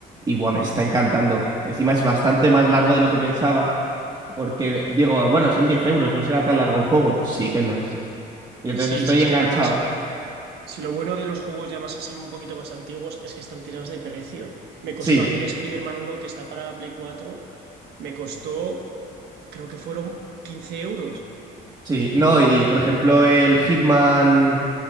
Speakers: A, on the right; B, on the right.
A: Y buah,
B: Hmm.
A: me está encantando. Encima es bastante más largo de lo que pensaba porque digo, bueno, son 10 euros, no será tan largo el juego. Sí que lo es. Y entonces
B: Sí,
A: estoy
B: sí, es
A: enganchado.
B: que además, si lo bueno de los juegos ya más así, un poquito más antiguos, es que están tirados de precio. Me costó
A: Sí,
B: a mí el Spider-Man uno que está para la Play 4, me costó, creo que fueron 15 euros.
A: sí, no, y por ejemplo el Hitman,